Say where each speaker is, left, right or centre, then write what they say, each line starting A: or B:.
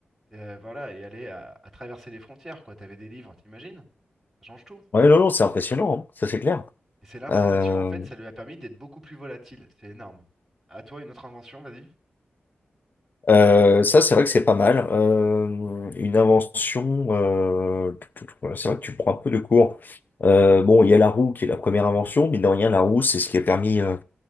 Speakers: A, in the centre; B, on the left (about 50°).
A: euh, voilà, est allé à, à traverser les frontières, quoi. T'avais des livres, t'imagines? Ça change tout.
B: Ouais, non, non, c'est impressionnant, hein, ça c'est clair.
A: Et c'est l'information,
B: Euh,
A: en fait, ça lui a permis d'être beaucoup plus volatile. C'est énorme. À toi, une autre invention, vas-y.
B: Euh, ça, c'est vrai que c'est pas mal. Euh, une invention, euh, tout- tout- voilà, c'est vrai que tu prends un peu de cours. Euh, bon, il y a la roue qui est la première invention, mais de rien, la roue, c'est ce qui a permis, euh,